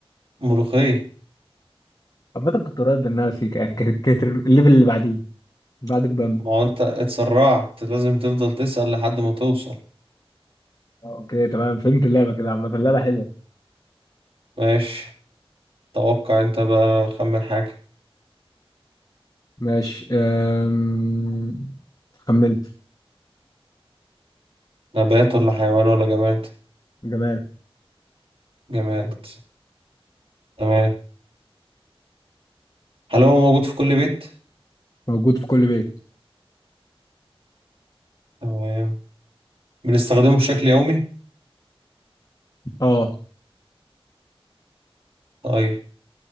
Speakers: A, on the right (about 65°); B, on the left (about 40°).
A: ملوخية
B: عامة كنت قريب منها سيكا يعني كانت كانت الليفل اللي بعديه بعد البامية
A: ما هو انت اتسرعت لازم تفضل تسأل لحد ما توصل
B: اوكي تمام فهمت اللعبة كده عامة اللعبة حلوة
A: ماشي توقع انت بقى خمن حاجة
B: ماشي آم... خمنت
A: نبات ولا حيوان ولا جماد
B: جمال
A: جماد تمام هل هو موجود في كل بيت
B: موجود في كل بيت
A: تمام بنستخدمه بشكل يومي
B: اه
A: طيب